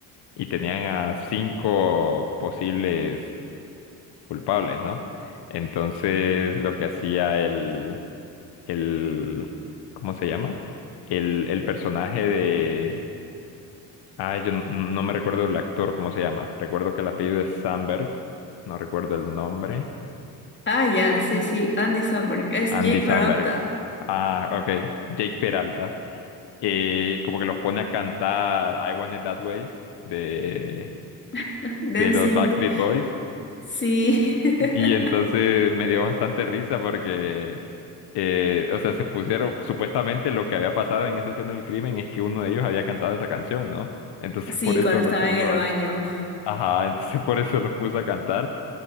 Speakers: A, on the left; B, on the left.
A: y tenían a cinco posibles culpables, ¿no? Entonces lo que hacía el, el, ¿cómo se llama? El, el personaje de, ah, yo no, no me recuerdo el actor, ¿cómo se llama? Recuerdo que el apellido es Sandberg, no recuerdo el nombre,
B: Ah, ya, sí, sí, Andy Samberg, es
A: Andy
B: Jay Peralta,
A: Samberg. Ah, ok, Jake Peralta, eh, como que los pone a cantar I Want It That Way de,
B: <laughs> de
A: de
B: NSYNC.
A: los Backstreet Boys
B: Sí. <laughs>
A: Y entonces me dio bastante risa porque, eh, o sea, se pusieron, supuestamente lo que había pasado en esa escena del crimen es que uno de ellos había cantado esa canción, ¿no? Entonces
B: Sí,
A: por eso
B: cuando
A: lo
B: estaba
A: puso
B: en el
A: a...
B: baño.
A: Ajá, entonces <laughs> por eso lo puso a cantar.